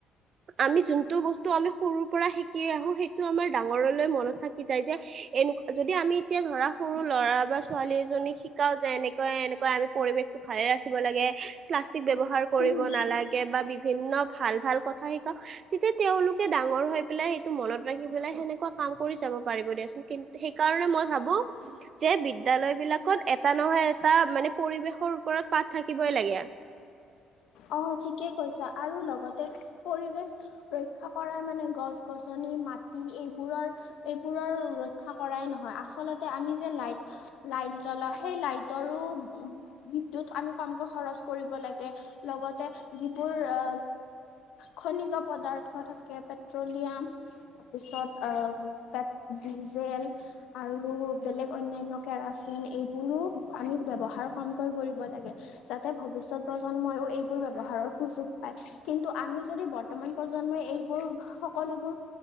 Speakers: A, on the right; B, on the left.
A: আমি যোনটো বস্তু আমি সৰুৰ পৰা শিকি আহো সেই আমাৰ ডাঙৰলৈ মনত থাকি যায় যে, এনে যদি আমি এতিয়া ধৰা সৰু ল'ৰা বা ছোৱালী এজ <unintelligible> শিকাওঁ যে এনেকুৱা এনেকুৱা, আমি পৰিৱেশটো ভালে ৰাখিব লাগে। প্লাষ্টিক ব্যৱহাৰ কৰিব
B: উম
A: নালা গে বা বিভিন্ন ভাল ভাল কথা শিকাও, তেতিয়া তেওঁলোকে ডাঙৰ হৈ পেলাই সেইটো মনত ৰাখি পেলাই সেনেকুৱা কাম কৰি যাব পাৰিব দিয়াচোন, কিন্তু সেইকাৰণে মই ভাবোঁ যে বিদ্যালয় <unintelligible> বিলাকত এটা নহয় এটা মানে পৰিৱেশৰ ওপৰত পাত থাকিবই লাগে।
B: অ', ঠিকে কৈছা আৰু লগতে পৰিৱেশ ৰক্ষা কৰাই মানে গছ গছন <unintelligible> মাটি এইবোৰৰ, এইবোৰৰ ৰক্ষা কৰাই নহয়, আচলতে আমি যে লাইট লাইট জ্বলা সেই লাইটৰো উম, বিদ্যুত আমি কমকৈ খৰচ কৰিব লাগে। লগতে যিবোৰ অ' খনিজ পদাৰ্থ থাকে, পেট্ৰলিয়াম তাৰপিছত অম, তাত ডিজেল আৰু বেলেগ অন্যান্য কেৰাচিন এইবোৰো আমি ব্যৱহাৰ কমকৈ কৰিব লাগে যাতে ভৱিষ্যত প্ৰজন্মইও এইবোৰ ব্যৱহাৰৰ সুযোগ পায় কিন্তু আমি যদি বৰ্তমান প্ৰজন্মই এইবোৰ সকলোবোৰ।